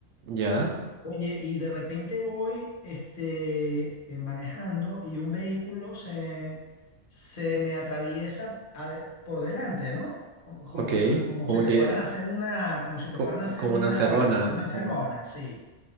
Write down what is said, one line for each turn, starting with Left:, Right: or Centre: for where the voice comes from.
Right: ya,
Left: Oye, y de repente voy este, eh, manejando y un vehículo se, se me atraviesa ade- por delante, ¿no? Como, como,
Right: ok.
Left: como
Right: Como
Left: si te
Right: que,
Left: fueran a hacer una, como si te
Right: co-
Left: fueran a hacer
Right: como
Left: una,
Right: una encerrona.
Left: una encerrona,
Right: un-
Left: sí.